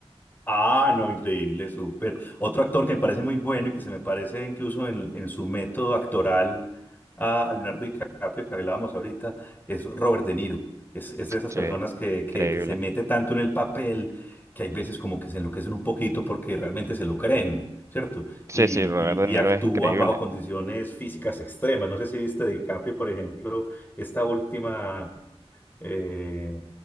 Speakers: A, on the left (about 15°); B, on the right (about 25°).
A: Ah, no, increíble, súper. Otro actor que me parece muy bueno y que se me parece incluso en, en su método actoral a, a Leonardo DiCaprio, que hablábamos ahorita, es Robert De Niro. Es, es de esas
B: Sí,
A: personas que,
B: increíble.
A: que, que se mete tanto en el papel que hay veces como que se enloquecen un poquito porque realmente se lo creen, ¿cierto?
B: Sí,
A: Y,
B: sí, Robert
A: y,
B: De Niro
A: y actúan
B: es increíble.
A: bajo condiciones físicas extremas. No sé si viste DiCaprio, por ejemplo, esta última eh,